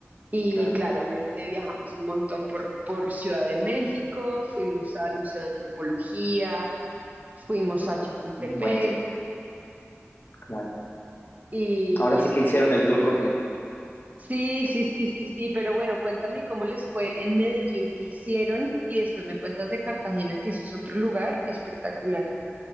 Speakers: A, on the right; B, on the left.
A: Y
B: Claro,
A: claramente viajamos un montón por, por Ciudad de México, fuimos al Museo de Antropología, fuimos a Chapultepec
B: Mm, buenísimo, claro.
A: y,
B: Ahora
A: y estuvo.
B: sí que hicieron el tour
A: increíble.
B: completo.
A: Sí, sí, sí, sí, sí, pero bueno, cuéntame cómo les fue en Medellín, qué hicieron y después me cuentas de Cartagena, que eso es otro lugar espectacular.